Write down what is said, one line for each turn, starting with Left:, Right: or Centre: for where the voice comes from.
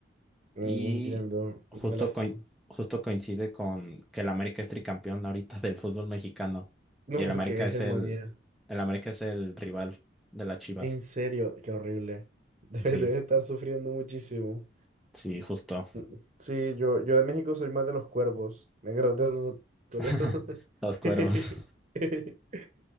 Right: Mm,
Centre: y
Right: No entiendo,
Centre: justo,
Right: una lástima.
Centre: coin-
Right: <laughs>
Centre: justo coincide con que el América es tricampeón ahorita <laughs> del fútbol mexicano
Right: No,
Centre: y el América
Right: qué hegemonía.
Centre: es el, el América es el rival de las Chivas.
Right: En serio, qué horrible. <laughs> Debe,
Centre: Sí,
Right: debe estar sufriendo muchísimo.
Centre: sí, justo.
Right: Mm, Sí, yo, yo de México soy más de los cuervos. Negro, te no Toledo.
Centre: <laughs> Los
Right: <laughs>
Centre: cueros.